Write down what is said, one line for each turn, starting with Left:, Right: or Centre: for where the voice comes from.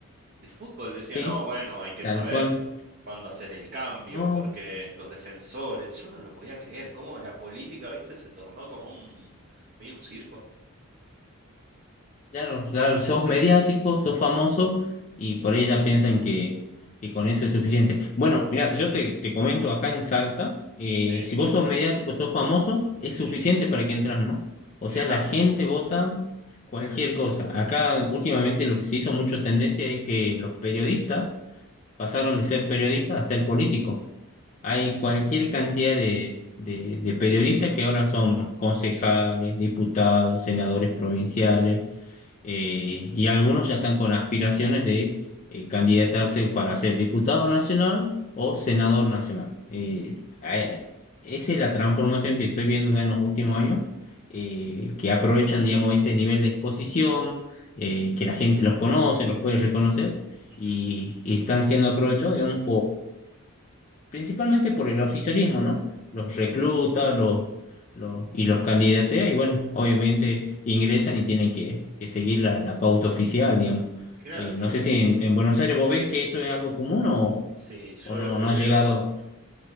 Right: de fútbol,
Left: sí,
Right: decía, no, bueno, hay que
Left: tal
Right: saber
Left: cual.
Right: cuándo hacer el cambio,
Left: No,
Right: porque los defensores, yo no lo podía creer, cómo la política, viste, se tornó como un, medio un circo.
Left: Claro, claro, sos mediático, sos famoso y por ahí ya piensan que, que con eso es suficiente. Bueno, mira, yo te, te comento acá en Salta, eh,
Right: Sí,
Left: si vos sos mediático, sos famoso, es suficiente
Right: <laughs> ujú.
Left: para que entras, ¿no? O
Right: Ja,
Left: sea, la gente vota cualquier cosa. Acá últimamente lo que se hizo mucho tendencia es que los periodistas pasaron
Right: sí,
Left: de ser periodistas a ser políticos. Hay cualquier cantidad de, de de periodistas que ahora son concejales, diputados, senadores provinciales eh, y algunos ya están con aspiraciones de eh, candidatarse para ser diputado nacional o senador nacional. Eh, eh, esa es la transformación que estoy viendo ya en los últimos años, eh, que aprovechan, digamos, ese nivel de exposición, eh, que la gente los conoce, los puede reconocer,
Right: ujú.
Left: y, y están siendo aprovechados, digamos, principalmente por el oficialismo, ¿no? Los recluta, los, los- y los candidatea, y bueno, obviamente ingresan y tienen que, que seguir la, la pauta oficial, digamos.
Right: Claro,
Left: Eh,
Right: claro.
Left: no sé si en, en Buenos Aires vos ves que eso es algo común o,
Right: Sí, yo
Left: o no,
Right: lo que
Left: no ha
Right: veo...
Left: llegado.